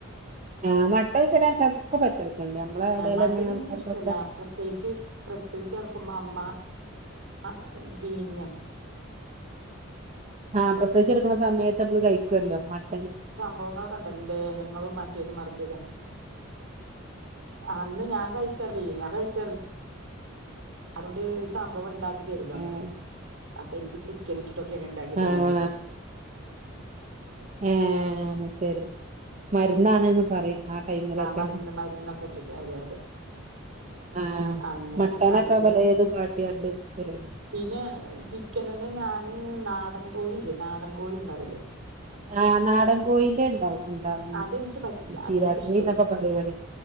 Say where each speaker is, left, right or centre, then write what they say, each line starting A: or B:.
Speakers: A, on the right (about 35°); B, on the right (about 65°).
A: ആഹ് മട്ടൻ ചില ആൾക്കാർക്കൊ ഒക്കെ പറ്റത്തതുണ്ട് നമ്മള ഇടയിൽ
B: മട്ടൻ
A: തന്നെ ആൾക്കാർക്കൊക്കെ
B: എനിക്കിഷ്ടല്ല പ്രസവിച്ച് പ്രസവിച്ച് കിടക്കുമ്പോ അമ്മ ആ പിന്നെ
A: ആഹ് പ്രസവിച്ച് കിടക്കുന്ന സമയത്ത് നമ്മള് കഴിക്കുവല്ലോ മട്ട
B: സംഭവങ്ങളൊക്കെണ്ടല്ലോലേ ഇങ്ങളും മറ്റേതും മറിച്ചതും അന്ന് ഞാൻ കഴിച്ചറില്ല ഞാൻ കഴിച്ചറില്ല അതൊണ്ട് സംഭവം ഉണ്ടാക്കി തരൂലെ നമക്ക്
A: ആഹ്
B: അപ്പൊ എനിക്ക് ചിക്കൻ ഇട്ടിട്ടൊക്കെ ഇണ്ടാക്കി
A: ആഹ്
B: തന്നീര്ന്ന്
A: ഏഹ് അയ് ശരി മരുന്നാണ്ന്ന് പറയും ആ ടൈമിലൊക്കെ
B: മരുന്ന് മരുന്നൊക്കെ ഇട്ടിട്ട് അതെ അതെ
A: ആഹ്
B: അങ്ങനെ
A: മട്ടനൊക്കെ
B: അങ്ങനെയാണ്
A: പലേതും കാട്ടിയാണ്ട് തരും
B: പിന്നെ ചിക്കനന്നെ ഞാന് നാടൻ കോഴില്ലേ നാടൻ കോഴി ഉണ്ടാവില്ലേ
A: ആഹ് നാടൻ കോയിന്റെ ഇണ്ടാവും ഇണ്ടാവും
B: അതെനിക്ക് പറ്റില്ല
A: ചീരാകഞ്ഞിന്നൊക്കെ
B: അതെനിക്ക് ഇഷ്ടല്ല
A: പറയും ഇവിടെ